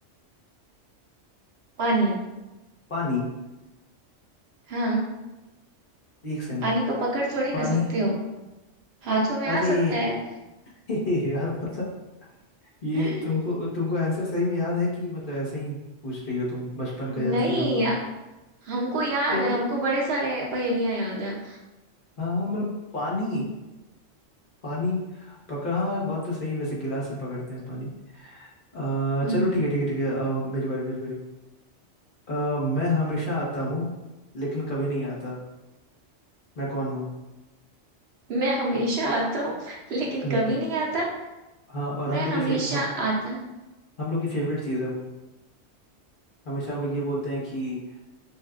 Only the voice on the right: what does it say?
पानी
हाँ
पानी को पकड़ थोड़ी
ना सकते हो हाथों में
आ सकता है
<laughs>
नहीं
हमको याद
है हमको बड़े सारे पहेलियां याद है
हम्म
मैं हमेशा आता हूँ <laughs> लेकिन
कभी नहीं आता
मैं
हमेशा
आता हूँ